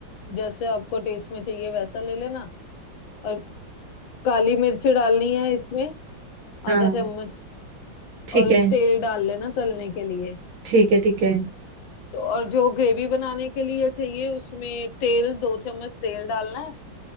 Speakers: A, on the left (about 80°); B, on the right (about 80°).
A: जैसे आपको टेस्ट में चाहिए वैसा ले लेना और काली मिर्च डालनी है इसमें
B: हाँ
A: आधा चम्मच
B: ठीक
A: और
B: है
A: तेल डाल लेना तलने के लिए
B: ठीक है ठीक है
A: तो और जो ग्रेवी बनाने के लिए चाहिए उसमें तेल दो चम्मच तेल डालना है